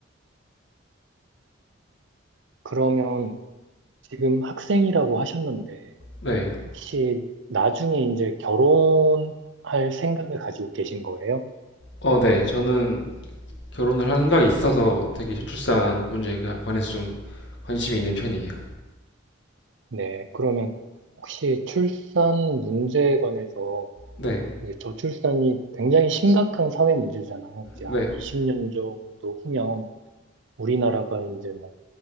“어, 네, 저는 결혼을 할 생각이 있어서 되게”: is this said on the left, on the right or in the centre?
Left